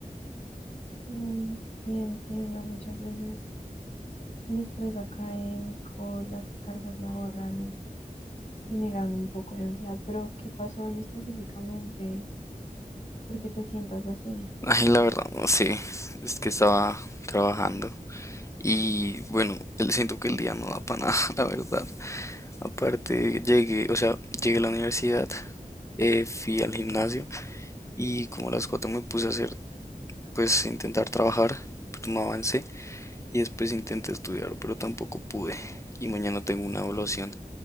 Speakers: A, on the left (about 50°); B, on the left (about 20°).
A: Mm, sí, entiendo, muchas veces el estrés académico, las cargas laborales generan un poco de ansiedad, pero ¿qué pasó hoy específicamente? ¿Por qué te sientas así?
B: Ay, la verdad, no sé, es que estaba trabajando y bueno, el- siento que el día no da para nada, <laughs> la verdad. Aparte, llegué, o sea, llegué a la universidad, eh, fui al gimnasio y como a las 4 me puse a hacer, pues intentar trabajar, pero no avancé y después intenté estudiar, pero tampoco pude. Y mañana tengo una evaluación